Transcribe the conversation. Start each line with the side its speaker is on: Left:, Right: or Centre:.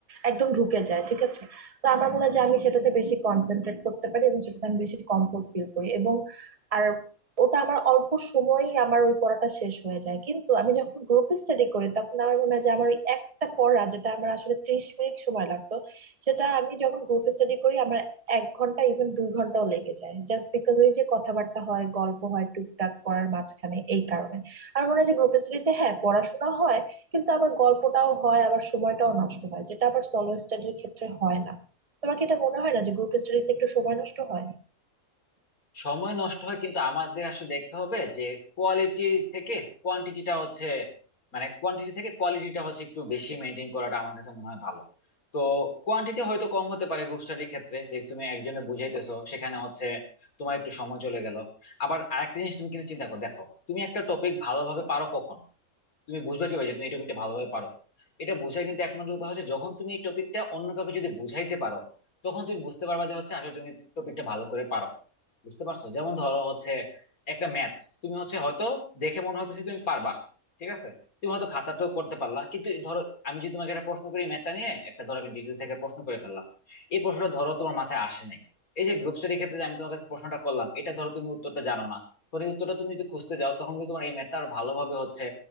Right: একদম ঢুকে যায় ঠিক আছে তো আমার মনে হয় যে আমি সেটাতে বেশি কনসেন্ট্রেট করতে পারি এবং সেটাতে আমি বেশি কমফোর্ট ফিল করি এবং আর ওটা আমার অল্প সময়ই আমার ওই পড়াটা শেষ হয়ে যায় কিন্তু আমি যখন গ্রুপ স্টাডি করি তখন আমার মনে হয় যে আমার ওই একটা পড়া যেটা আমার আসলে ত্রিশ মিনিট সময় লাগতো সেটা আমি যখন গ্রুপ স্টাডি করি আমার এক ঘন্টা ইভেন দুই ঘন্টাও লেগে যায় জাস্ট বিকজ ওই যে কথাবার্তা হয় গল্প হয় টুকটাক পড়ার মাঝখানে এই কারণে আমার মনে হয় যে গ্রুপ স্টাডিতে হ্যাঁ পড়াশোনা হয় কিন্তু আবার গল্পটাও হয় আবার সময়টাও নষ্ট হয় যেটা আবার সলো স্টাডির ক্ষেত্রে হয় না তোমার কি এটা মনে হয় না যে গ্রুপ স্টাডিতে একটু সময় নষ্ট হয়
Left: সময় নষ্ট হয় কিন্তু আমাদের আসলে দেখতে হবে যে কোয়ালিটি থেকে কোয়ান্টিটিটা হচ্ছে মানে কোয়ান্টিটি থেকে কোয়ালিটিটা হচ্ছে একটু বেশি মেনটেন করাটা আমার কাছে মনে হয় ভালো তো কোয়ান্টিটি হয়তো কম হতে পারে গ্রুপ স্টাডির ক্ষেত্রে যে তুমি একজনে বুঝাইতেছো সেখানে হচ্ছে তোমার একটু সময় চলে গেল আবার আরেকটা জিনিস তুমি কিন্তু চিন্তা করো দেখো তুমি একটা টপিক ভালোভাবে পারো কখন তুমি বুঝবে কিভাবে যে তুমি এই টপিকটা ভালোভাবে পারো এটা বোঝার কিন্তু একমাত্র উপায় হচ্ছে যখন তুমি এই টপিকটা অন্য কাউকে যদি বুঝাইতে পারো তখন তুমি বুঝতে পারবা যে হচ্ছে আসলে তুমি টপিকটা ভালো করে পারো বুঝতে পারছো যেমন ধরো হচ্ছে একটা ম্যাথ তুমি হচ্ছে হয়তো দেখে মনে হইতেছে তুমি পারবা ঠিক আছে তুমি হয়তো খাতাতেও করতে পারলা কিন্তু ধরো আমি যদি তোমাকে একটা প্রশ্ন করি ম্যাথটা নিয়ে একটা ধরো একটা ডিটেলস একটা প্রশ্ন করে ফেললাম এই প্রশ্নটা ধরো তোমার মাথায় আসে নাই এই যে গ্রুপ স্টাডির ক্ষেত্রে যে আমি তোমার কাছে প্রশ্নটা করলাম এটা ধরো তুমি উত্তরটা জানো না তখন এই উত্তরটা তুমি যদি খুঁজতে যাও তখন কিন্তু তোমার এই ম্যাথটা আরো ভালোভাবে হচ্ছে